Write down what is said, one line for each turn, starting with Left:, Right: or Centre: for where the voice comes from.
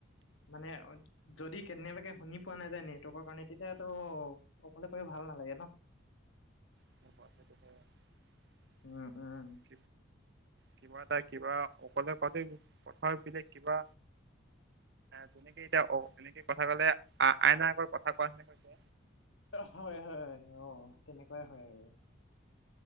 Left: মানে যদি কেনেবাকে শুনি পোৱা নাযায় নেটৱৰ্কৰ কাৰণে তেতিয়াতো অকলে ক ভাল নালাগে ন <unintelligible>
Right: <inaudible>
Left: উম উম
Right: কিবা এটা কিবা অকলে কতে কথাৰ বিলাক কিবা যেনেকে এতিয়া অ', এনেকে কথা কলে আইন আগত কথা কোৱাচিনি হৈছে
Left: হয়, হয়, হয় অ', তেনেকুৱাই হয় আৰু